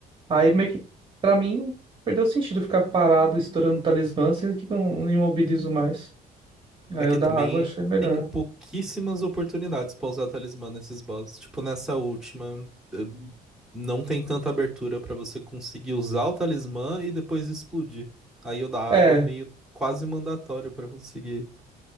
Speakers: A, on the right; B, in the centre.
A: Aí meio que, pra mim, perdeu o sentido ficar parado estourando talismã, sendo que não imobilizo mais. Aí
B: Aqui
A: eu da
B: também
A: água achei melhor.
B: tem pouquíssimas oportunidades pra usar talismã nesses bosses. Tipo, nessa última, eh, não tem tanta abertura pra você conseguir usar o talismã e depois explodir. Aí o da água
A: É,
B: é meio quase mandatório pra conseguir